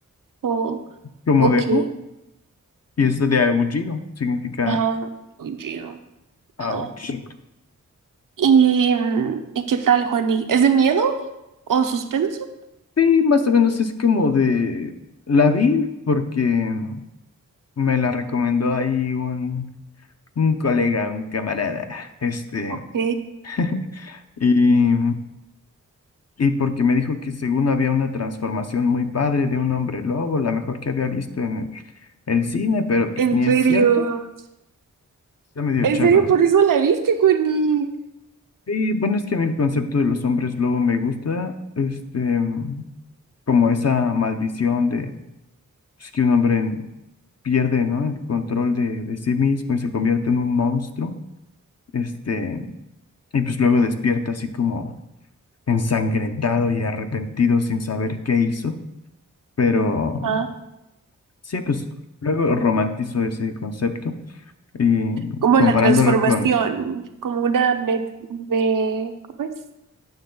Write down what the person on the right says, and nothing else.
oh,
ok.
Ajá, oye,
ajá. ¿Y, mm, ¿y qué tal, Juani? ¿Es de miedo o suspenso?
Ok,
en
serio.
En
serio, por eso la viste, Connie.
Ajá.
Como
la transformación,
como una me, me- ¿cómo es?